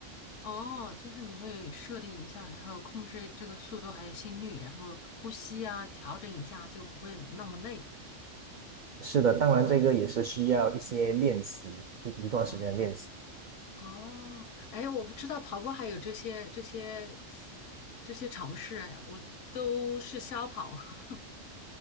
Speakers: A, on the left; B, on the right.
A: 哦，就是你会设定一下，然后控制这个速度还有心率，然后呼吸啊，调整一下就不会那么累。
B: 是的，当然这个也是需要一些练习，一一段时间的练习。
A: 哦，哦，哎，我不知道跑步还有这些这些这些尝试，哎，我都是瞎跑。<laughs>